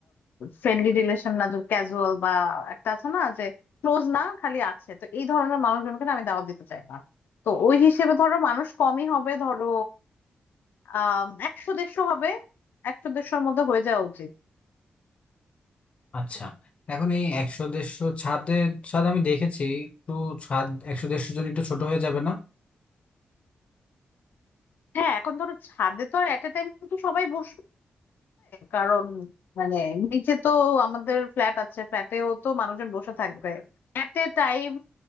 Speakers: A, on the left (about 80°); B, on the left (about 40°).
A: ফ্রেন্ডলি রিলেশন না যে ক্যাজুয়াল বা একটা আছে না যে ক্লোজ না খালি আছে তো এই ধরনের মানুষজনকে না আমি দাওয়াত দিতে চাই না তো ওই হিসেবে ধরো মানুষ কমই হবে ধরো আহ একশো দেড়শো হবে একশো দেড়শোর মধ্যে হয়ে যাওয়া উচিত
B: আচ্ছা এখন এই একশো দেড়শো ছাদে ছাদ আমি দেখেছি একটু ছাদ একশো দেড়শো জন একটু ছোট হয়ে যাবে না
A: হ্যাঁ এখন ধরো ছাদে তো আর এট এ টাইম কি সবাই বসবে কারণ মানে নিচে তো আমাদের ফ্ল্যাট আছে ফ্ল্যাটেও তো মানুষজন বসে থাকবে এট এ টাইম